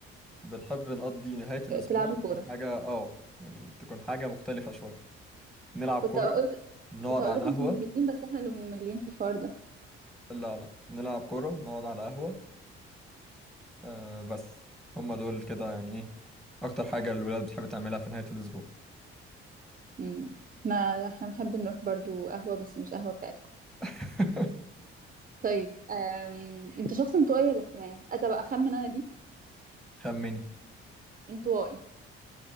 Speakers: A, in the centre; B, on the right.
A: بنحب نقضي نهايه الاسبوع
B: إيه تلعبوا
A: تكون
B: كورة
A: حاجه اه يعني تكون حاجه مختلفه شويه نلعب
B: كنت
A: كوره
B: اقول
A: نقعد
B: كنت اقول
A: على
B: لكم
A: القهوه
B: انتم مملين بس احنا اللي مملين في الحوار ده
A: لا لا نلعب كوره نقعد على قهوه آه بس هما دول كده يعني ايه اكتر حاجه الولاد بتحب تعملها في نهايه الاسبوع
B: امم احنا احنا بنحب نروح برضو قهوة بس مش قهوة بتاعتكم
A: <laughs>
B: طيب أم... انت شخص انطوائي ولا اجتماعي أه، طب اخمن انا دي
A: خمني
B: انطوائي